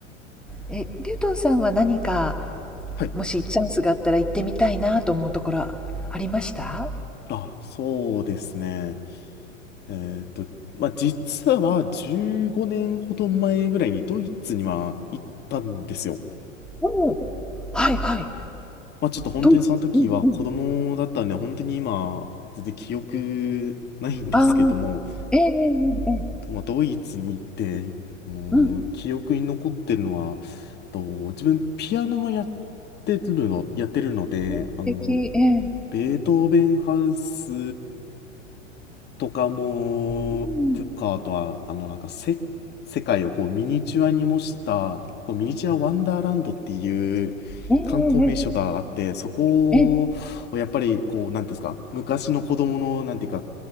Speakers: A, in the centre; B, on the left.
A: え、リュウトンさんは何か、
B: はい。
A: もしチャンスがあったら行ってみたいなと思うところありました
B: あ、そうですね。えーっと、まあ、実は15年ほど前ぐらいにドイツには行ったんですよ。
A: おおー。はいはい。
B: まあ、ちょっと本当にその時は子供だったんでね、
A: どうい、うんうん。
B: 本当に今、全然記憶ないんですけども、
A: ああ、ええええええ。
B: まあ、ドイツに行って、あのー記憶に残ってるのは、
A: うん。
B: と自分ピアノもやってるの、やってるので、
A: ね素敵、
B: あのー
A: ええ。
B: ベートーベンハウスとかも、
A: うん、
B: とか、あとは、あの、なんかせ、世界をこうミニチュアに模した、こうミニチュアワンダーランドっていう観光名所があって、
A: えええ
B: そこをやっぱり、
A: え、ええ。
B: こう、なんていうんですか、昔の子供の、なんていうか、